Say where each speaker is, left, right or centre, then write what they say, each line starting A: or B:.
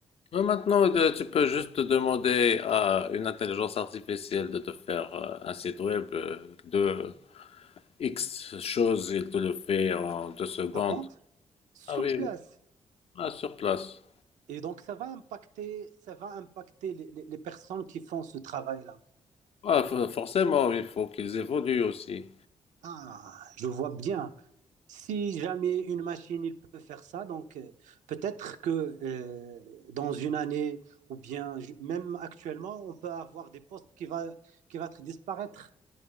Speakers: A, on the left (about 50°); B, on the right (about 80°).
A: Mais maintenant, euh, tu peux juste demander à une intelligence artificielle de te faire euh, un site web euh, de X choses, il te le fait en deux secondes.
B: Avant, sur
A: Ah oui,
B: place.
A: oui. Ah, sur place.
B: Et donc, ça va impacter, ça va impacter les, les- les personnes qui font ce travail-là.
A: Ah, for- forcément, il faut qu'ils évoluent aussi.
B: Ah, je vois bien. Si jamais une machine il peut faire ça, donc euh, peut-être que euh, dans une année ou bien ju- même actuellement, on peut avoir des postes qui va qui va disparaître.